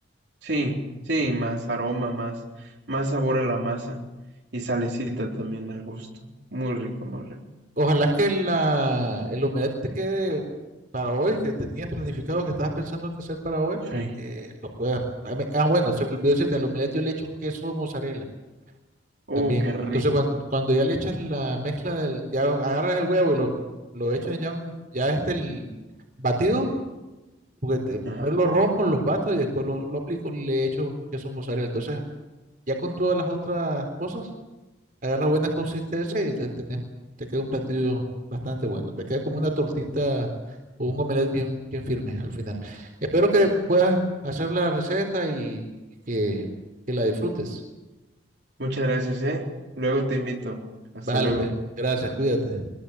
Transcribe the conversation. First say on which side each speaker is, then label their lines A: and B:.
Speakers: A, on the right; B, on the right.
A: Sí, sí, más aroma, más, más sabor a la masa y salecita también al gusto. Muy rico, muy rico.
B: Ojalá que la, el omelette te quede para hoy, que tenías planificado, que estabas pensando que hacer para hoy,
A: Sí.
B: eh, lo puedas. Ah, me- ah, bueno, se me olvidó decirte, al omelette yo le echo queso mozzarella
A: Oh,
B: también.
A: qué rico.
B: Entonces, cuando, cuando ya le echas la mezcla, del, ya agarras el huevo y lo, lo echas ya, ya este el batido juguete.
A: Ajá.
B: Primero lo rompo, los bato y después lo, lo aplico y le echo queso mozzarella. Entonces, ya con todas las otras cosas, agarra buena consistencia y te, tenés- te queda un platillo bastante bueno. Te queda como una tortita o un omelette bien, bien firme al final. Espero que puedas hacer la receta y, y que, que la disfrutes.
A: Muchas gracias, ¿eh? Luego te invito. Hasta
B: Vale,
A: luego.
B: pues, gracias, cuídate.